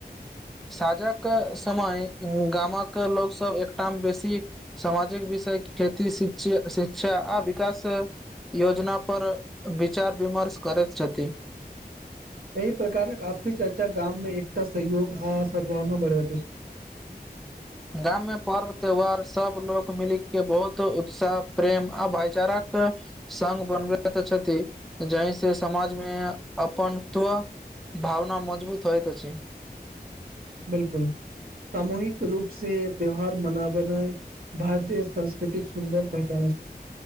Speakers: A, in the centre; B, on the right (about 65°).
A: साझक समय गामक लोक सब एकटाम बेसी सामाजिक विषय खेती शिक्षि शिक्षा आ विकास योजना पर विचार विमर्श करैत छथि
B: एहि प्रकारक आपसी चर्चा गाममे एकता सहयोग आ सद्भावना बढ़बैत अछि ह <inaudible>
A: गाम मे पर्व त्यौहार सब लोक मिल के बहुत उत्साह प्रेम आ भाईचाराके संग बनबैत छथि जहिसे समाजमे अपन त्व भावना मजबूत होइत अछि
B: बिल्कुल, सामूहिक रूप से त्यौहार मनाबनैय भारतीय संस्कृतिक सुन्दर पहचाने अछि